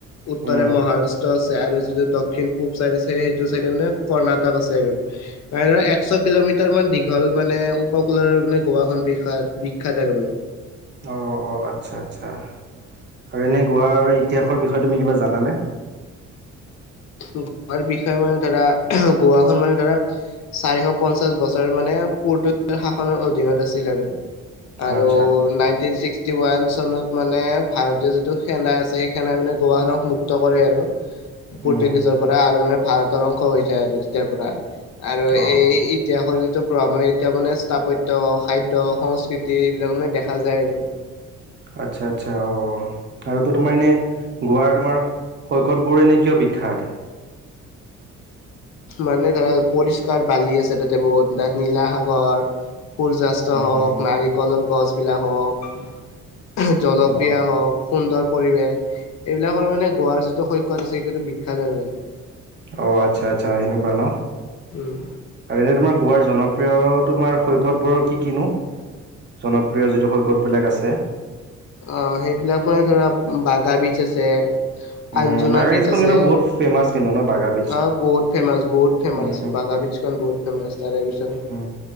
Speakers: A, on the left; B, on the right.
A: উত্তৰে
B: উম
A: মহাৰাষ্ট্ৰ আছে আৰু যিটো দক্ষিণ পূব চাইড আছে, সেইটো চাইডে মানে কৰ্ণাটক আছে আৰু। মানে ধৰা একশ কিলোমিটাৰ মান দীঘল মানে উপকূলৰ মানে গোৱাখন বিশাল। বিখ্যাত আৰু বোলে।
B: অঁ অ আচ্ছা আচ্ছা, আৰু এনেই গোৱাৰ ইতিহাসৰ বিষয়ে তুমি কিবা জানানে?
A: গোৱাৰ বিষয়ে মানে ধৰা গোৱাখন মানে ধৰা চাৰিশ পঞ্চাশ বছৰ মানে পৰ্তুগী শাসনৰ অধীনত আছিল আৰু। আৰু
B: আচ্ছা
A: নাইনটিন চিক্স টি ওৱান চনত মানে ভাৰতীয় যিটো সেনা আছে, সেই সেনাই মানে গোৱাখনক মুক্ত কৰে আৰু। পৰ্টুগীজৰ
B: উম
A: পৰা আৰু মানে ভাৰতৰ অংশ হৈ যায় আৰু তেতিয়াৰ পৰা। আৰু
B: অঁ
A: এই
B: অঁ
A: ইতিহাসৰ যিটো প্ৰভাৱ মানে এতিয়া মানে স্থাপত্য সাহিত্য সংস্কৃতি এইবিলাক মানে দেখা যায় আৰু।
B: আচ্ছা আচ্ছা, অ আৰু তো তোমাৰ এনে গোৱাৰ তোমাৰ শৈকতবোৰ এনেই কিয় বিখ্যাত?
A: মানে ধৰা পৰিষ্কাৰ বালি আছে তাতে বহুত, তাত নীলা সাগৰ সূৰ্যাস্ত
B: উম
A: হওঁক,
B: উম
A: নাৰিকলৰ গছবিলাক হওঁক। জলক্ৰিয়া
B: অঁ
A: হওক, সুন্দৰ পৰিৱেশ, এইবিলাকৰ মানে গোৱাৰ যিটো শৈকত আছে, সেইটো সেইটো বিখ্যাত আৰু মানে।
B: অঁ আচ্ছা আচ্ছা, সেনেকুৱা ন।
A: উম।
B: আৰু এনেই তোমাৰ গোৱাৰ জনপ্ৰিয় তোমাৰ শৈকতবোৰৰ কি কি নো? জনপ্ৰিয় যিটো শৈকতবিলাক আছে।
A: অঁ সেইবিলাকৰ ধৰা বাগা বীচ আছে।
B: উম
A: আঞ্জুনা
B: বাগা বীজখন
A: বিজচ আছে।
B: কিন্তু বহুত <inaudible>
A: অঁ বহুত ফেমাছ বহুত ফেমাছ
B: উম
A: বাগা বিজছ খন বহুত ফেমাছ তাৰে পিছত।
B: অঁ।